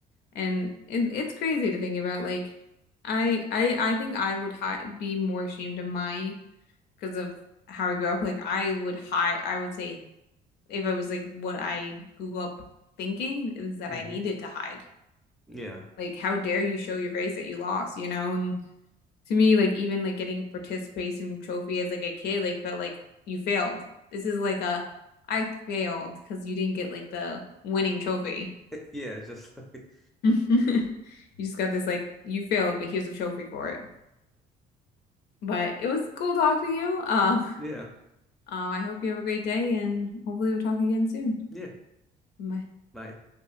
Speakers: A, on the left (about 75°); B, in the centre.
A: And it, it's crazy to think about. Like, I I I think I would hi be more ashamed of my because of how I grew up. Like, I would hide. I would say if I was like what I grew up thinking is that
B: hmm
A: I needed to hide.
B: Yeah.
A: Like, how dare you show your face that you lost? You know? And to me, like even like getting a participation trophy as like a kid, like felt like you failed. This is like a I failed because you didn't get like the winning trophy.
B: Yeah, just <laughs> like
A: <laughs> You just got this like you failed, but here's a trophy for it. But it was cool talking to you. Um,
B: yeah.
A: um, I hope you have a great day, and hopefully we'll talk again soon.
B: Yeah.
A: Bye.
B: Bye.